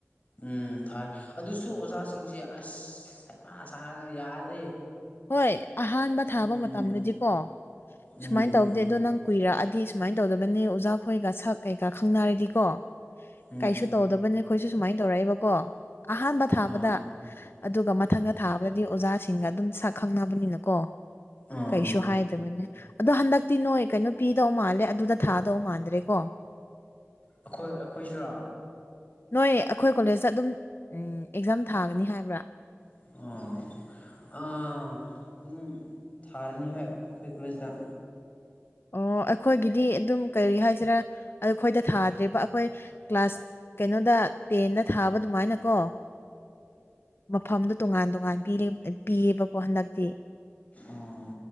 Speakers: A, on the left (about 30°); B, on the left (about 50°).
A: ꯎꯝ ꯊꯥꯏ ꯑꯗꯨꯁꯨ ꯑꯣꯖꯥꯁꯤꯡꯁꯦ ꯑꯁ ꯍꯥꯏꯄ ꯁꯥꯔꯒ ꯌꯥꯗ꯭ꯔꯦ
B: ꯍꯣꯏ ꯑꯍꯥꯟꯕ ꯊꯥꯕ
A: ꯎꯝ
B: ꯃꯇꯝꯗꯗꯤꯀꯣ
A: ꯎꯝ
B: ꯁꯨꯃꯥꯏꯅ ꯇꯧꯗꯦ ꯑꯗꯣ ꯅꯪ ꯀꯨꯏꯔꯛꯑꯗꯤ ꯑꯗꯨꯃꯥꯏꯅ ꯇꯧꯗꯕꯅꯦ ꯑꯣꯖꯥꯈꯣꯏꯒ ꯁꯛ ꯀꯩꯀꯥ ꯈꯪꯅꯔꯗꯤꯀꯣ
A: ꯎꯝ
B: ꯀꯩꯁꯨ ꯇꯧꯗꯕꯅꯦ ꯑꯩꯈꯣꯏꯁꯨ ꯁꯨꯃꯥꯏꯅ ꯇꯧꯔꯛꯏꯕꯀꯣ ꯑꯍꯥꯟꯕ ꯊꯥꯕꯗ
A: ꯑꯥ
B: ꯑꯗꯨꯒ ꯃꯊꯪꯗ ꯊꯥꯕꯗꯗꯤ ꯑꯣꯖꯥꯁꯤꯡꯒ ꯑꯗꯨꯝ ꯁꯛ ꯈꯪꯅꯕꯅꯤꯅꯀꯣ
A: ꯑꯥ
B: ꯀꯩꯁꯨ ꯍꯥꯏꯗꯕꯅꯦ ꯑꯗꯣ ꯍꯟꯗꯛꯇꯤ ꯅꯣꯏ ꯀꯩꯅꯣ ꯄꯤꯗꯧ ꯃꯥꯜꯂꯦ ꯑꯗꯨꯗ ꯊꯥꯗꯧ ꯃꯥꯟꯗ꯭ꯔꯦꯀꯣ
A: ꯑꯩꯈꯣꯏ ꯑꯩꯈꯣꯏꯁꯤꯔꯥ
B: ꯅꯣꯏ ꯑꯩꯈꯣꯏ ꯀꯣꯂꯦꯖꯇ ꯑꯗꯨꯝ ꯎ ꯑꯦꯛꯖꯥꯝ ꯊꯥꯒꯅꯤ ꯍꯥꯏꯕ꯭ꯔꯥ
A: ꯑꯥ ꯑꯥ ꯑꯗꯨꯝ ꯊꯥꯔꯅꯤ ꯍꯣꯏ ꯑꯩꯈꯣꯏ ꯀꯣꯂꯦꯖꯇ
B: ꯑꯣ ꯑꯩꯈꯣꯏꯒꯤꯗꯤ ꯑꯗꯨꯝ ꯀꯔꯤ ꯍꯥꯏꯁꯤꯔꯥ ꯑꯩꯈꯣꯏꯗ ꯊꯥꯗ꯭ꯔꯤꯕ ꯑꯩꯈꯣꯏ ꯀ꯭ꯂꯥꯁ ꯀꯩꯅꯣꯗ ꯇꯦꯟꯗ ꯊꯥꯕ ꯑꯗꯨꯃꯥꯏꯅꯀꯣ ꯃꯐꯝꯗꯨ ꯇꯣꯉꯥꯟ ꯇꯣꯉꯥꯟ ꯄꯤꯌꯦꯕꯀꯣ ꯍꯟꯗꯛꯇꯤ
A: ꯑꯣ